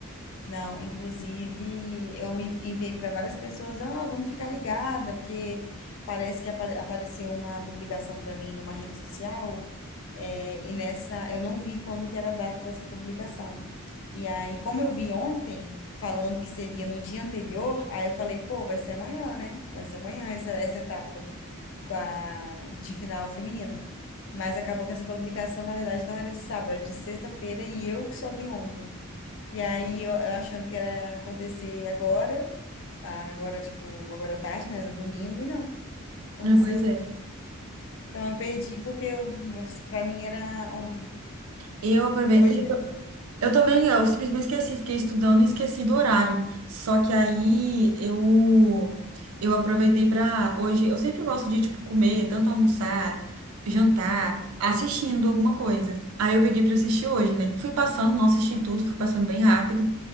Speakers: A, on the left; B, on the right.
A: não. Inclusive, eu en- enviei para várias pessoas, ah, vamos ficar ligada, porque parece que apa- apareceu uma publicação para mim numa rede social, é, e nessa eu não vi quando que era a data dessa publicação. E aí, como eu vi ontem, falando que seria no dia anterior, aí eu falei, pô, vai ser amanhã, né? Vai ser amanhã essa, essa etapa com a, de final feminina. Mas acabou que essa publicação, na verdade, não era de sábado, era de sexta-feira e eu que só vi ontem. E aí, eu, eu achando que era acontecer agora, agora, tipo, agora à tarde, né? No domingo, e não, aconteceu.
B: Ah, Pois é.
A: Então eu perdi porque eu, eu- pra mim era ontem.
B: Eu aproveitei.
A: Hoje, né?
B: Eu também, eu simplesmente esqueci, fiquei estudando e esqueci do horário. Só que aí eu eu aproveitei para hoje, eu sempre gosto de tipo comer, tanto almoçar, jantar, assistindo alguma coisa. Aí eu peguei para assistir hoje, né? Fui passando, não assisti tudo, fui passando bem rápido